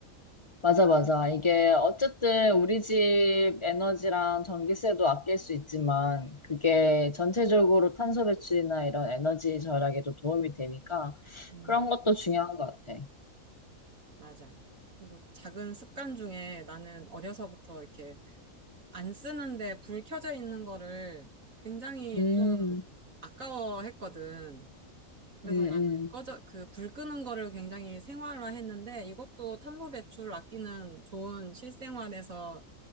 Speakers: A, on the left (about 20°); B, on the right (about 65°).
A: 맞아, 맞아. 이게 어쨌든 우리 집 에너지랑 전기세도 아낄 수 있지만 그게 전체적으로 탄소 배출이나 이런 에너지 절약에도 도움이 되니까
B: 음,
A: 그런 것도 중요한 것 같아.
B: 맞아. 그리고 작은 습관 중에 나는 어려서부터 이렇게 안 쓰는데 불 켜져 있는 거를 굉장히
A: 음,
B: 좀 아까워했거든. 그래서
A: 음,
B: 나는
A: 음.
B: 꺼져, 그 불 끄는 거를 굉장히 생활화 했는데 이것도 탄소 배출 아끼는 좋은 실생활에서